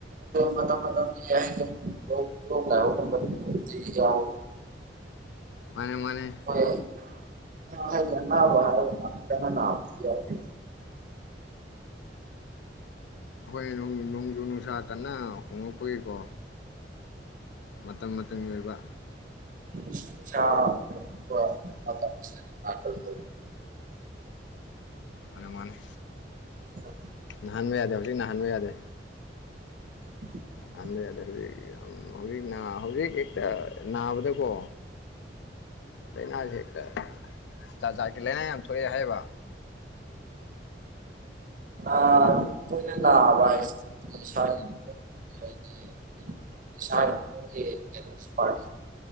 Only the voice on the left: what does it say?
ꯃꯥꯅꯦ ꯃꯥꯅꯦ
ꯑꯩꯈꯣꯏ ꯅꯣꯡꯖꯨ ꯅꯨꯡꯁꯥ ꯀꯟꯅ ꯍꯣꯉꯛꯄꯒꯤꯀꯣ ꯃꯇꯝ ꯃꯇꯝꯒꯤ ꯑꯣꯏꯕ
ꯑꯅꯥ ꯃꯥꯅꯦ
ꯅꯥꯍꯟꯕ ꯌꯥꯗꯦ ꯍꯧꯖꯤꯛ ꯅꯥꯍꯟꯕ ꯌꯥꯗꯦ
ꯅꯥꯍꯟꯕ ꯌꯥꯗꯦ ꯍꯧꯖꯤꯛ ꯌꯥꯝ ꯍꯧꯖꯤꯛ ꯅ ꯍꯧꯖꯤꯛ ꯍꯦꯛꯇ ꯅꯥꯕꯗꯀꯣ ꯂꯩꯅꯥꯁꯦ ꯍꯦꯛꯇ ꯖꯥꯠ ꯖꯥꯠꯀꯤ ꯂꯥꯏꯅꯥ ꯌꯥꯝ ꯊꯣꯛꯑꯦ ꯍꯥꯏꯌꯦꯕ
ꯇꯧꯔꯤꯁꯦ